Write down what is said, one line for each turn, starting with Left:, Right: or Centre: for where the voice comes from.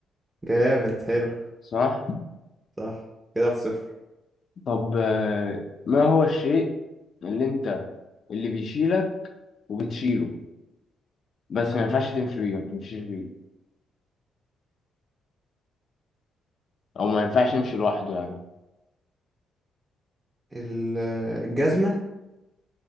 Right: جامد حلو
Left: صح
Right: صح كده واحد صفر
Left: طب آه، ما هو الشيء اللي انت اللي بيشيلك وبتشيله بس ما ينفعش تمشي بيه ما تمشيش بيه او ما ينفعش يمشي لوحده يعني
Right: ال- الجزمة